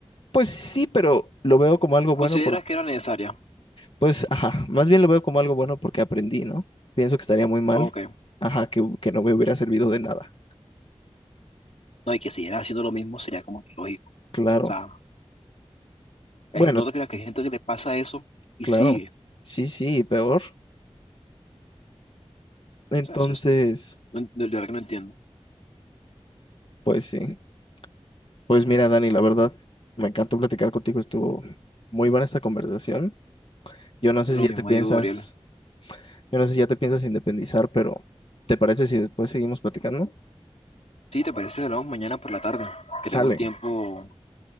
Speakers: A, on the left (about 60°); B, on the left (about 85°).
A: pues sí, pero lo veo como algo
B: ¿Consideras
A: bueno
B: que era necesaria?
A: Pues, ajá, más bien lo veo como algo bueno porque aprendí, ¿no? Pienso que estaría muy mal,
B: Ok.
A: ajá, que, que no me hubiera servido de nada.
B: No, y que siguieras haciendo lo mismo sería como que lógico.
A: Claro.
B: O sea, hay-
A: Bueno,
B: no te creas que hay gente que le pasa eso y
A: claro.
B: sigue.
A: Sí, sí, peor.
B: O
A: Entonces,
B: sea, eso es. No, en- de verdad que no entiendo.
A: pues sí. Pues mira, Dani, la verdad, me encantó platicar contigo, estuvo muy buena esta conversación. Yo no sé
B: Lo
A: si ya
B: mismo
A: te piensas,
B: digo, Gabriel.
A: yo no sé si ya te piensas independizar, pero ¿te parece si después seguimos platicando?
B: Sí, ¿te parece? si Hablamos mañana por la tarde. Que
A: Sale.
B: tengo un tiempo.